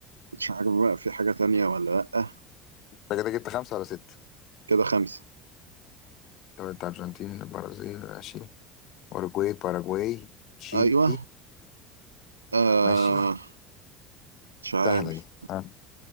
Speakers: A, on the right (about 80°); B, on the left (about 55°).
A: مش عارف بقى في حاجة تانية ولا لأ
B: كده جبت خمسة ولا ستة
A: كده خمسة
B: طب انت قلت ارجنتين البرازيل ماشي اورجواي باراجواي تشيلي
A: ايوه آه
B: ماشي
A: مش عارف
B: سهلة دي ها.